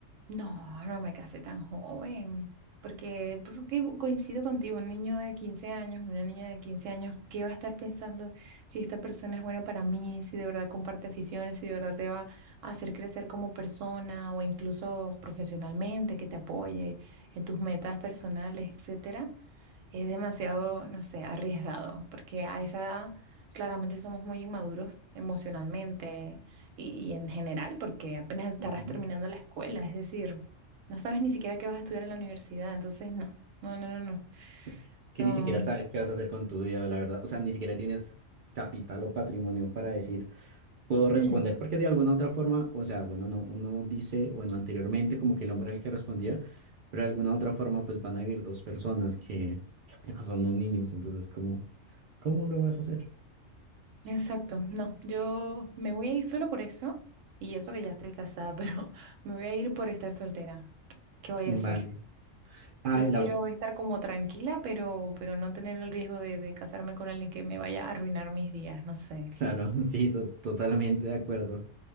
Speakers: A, on the right (about 80°); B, on the right (about 60°).
A: No, no me casé tan joven, porque, porque coincido contigo, un niño de 15 años, una niña de 15 años, ¿qué va a estar pensando si esta persona es buena para mí, si de verdad comparte aficiones, si de verdad te va a hacer crecer como persona o incluso profesionalmente, que te apoye en tus metas personales, etcétera? Es demasiado, no sé, arriesgado, porque a esa edad claramente somos muy inmaduros emocionalmente y, y en general, porque apenas estarás
B: Ujú.
A: terminando la escuela, es decir, no sabes ni siquiera qué vas a estudiar en la universidad, entonces no, no, no, no, no.
B: Es que
A: No,
B: ni siquiera sabes qué vas a hacer con tu vida, la verdad. O sea, ni siquiera tienes capital o patrimonio para decir, puedo responder,
A: mm,
B: porque de alguna otra forma, o sea, bueno, no, uno dice, bueno, anteriormente como que el hombre era el que respondía, pero de alguna otra forma pues van a vivir dos personas que, que apenas son unos niños, entonces, ¿cómo, cómo lo vas a hacer?
A: exacto, no, yo me voy a ir solo por eso, y eso que ya estoy casada, <laughs> pero me voy a ir por estar soltera. ¿Qué voy
B: Vale.
A: a hacer?
B: Ah,
A: Prefiero
B: la,
A: estar como tranquila, pero, pero no tener el riesgo de, de casarme con alguien que me vaya a arruinar mis días, no sé.
B: claro, <laughs> sí, to- totalmente de acuerdo.